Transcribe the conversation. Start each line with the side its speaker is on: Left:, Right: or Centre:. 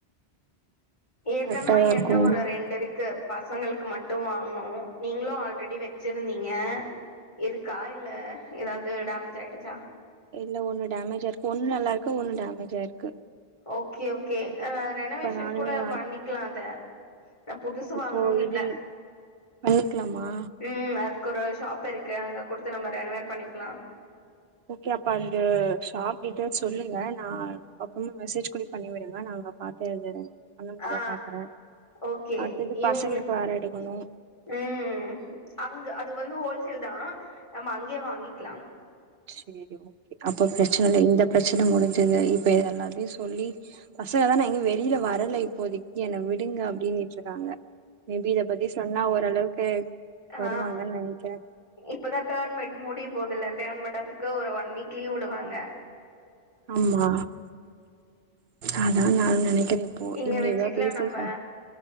Left: ஏற்கனமா
Right: கரெக்டா தா
Left: ஏன்ட்ட
Right: இருக்கு
Left: ஒரு ரெண்டு இருக் க்கு பசங்களுக்கு மட்டு வாங்கனு நீங்களு ஆல்ரெடி வச்சிருந்தீங்க இருக்கா இல்ல ஏதாவது டேமஜ் ஆயிடுச்சா
Right: இல்ல ஒன்னு டேமேஜ் ஆய்ருக்கு ஒன்னு நல்லா இருக்கு ஒன்னு டேமேஜாருக்கு
Left: ஓகே ஓகே அ ரெனோவேஷன்
Right: நானுமே
Left: கூட
Right: வாங்
Left: பண்ணிக்கலா அத புதுசு வாங்கணுன்
Right: இப்போ
Left: இல்ல
Right: இது பண்ணிக்கலாமா
Left: ம் அதுக்கு ஒரு ஷாப் இருக்கு அங்க குடுத்து நம்ம ரெனவெட் பண்ணிக்கலா
Right: ஓகே அப்ப அந்த ஷாப் டீட்டெயில்ஸ் சொல்லுங்க நா அப்புறமா மெசேஜ் கூடி பண்ணிவிடுங்க நாங்க பாத் து அது அண்ணனுக்கு
Left: ஆ
Right: தா பாக்குறே
Left: ஓகே
Right: அடுத்தது
Left: இவுங்களுக்கு
Right: பசங்களுக்கு வேற எடுக்கனு
Left: ம் அங் அது வந்து ஹோல்சேல்தா நம்ம அங்கேயே வாங்கிகலா
Right: சேரி ஓகே அப்ப பிரச்சன இல்ல இந்த பிரச்சன முடிஞ்சது இப்ப இத எல்லாத்தையு சொல்லி பசங்க தான எங்கியு வெளியில வரல இப்போதைக்கு என்ன விடுங்க அப்டின்னுட்டுருக்காங்க மே பி இத பத்தி சொன்னா ஓரளவுக்கு
Left: ஆ
Right: வருவாங்கன் நெனைக்கிறே
Left: இப்பதா தேர்ட் மெட் முடிய போதல்ல தேர்ட் மிட்டமுக்கு ஒரு ஒன் வீக் லீவ்வுடுவாங்க
Right: ஆமா அதா நானு நெனைக்கிறே இப்போ
Left: இங்க
Right: இவங்கள
Left: வச்சுட்டுலா
Right: எலோ பேசி
Left: நம்ப
Right: ச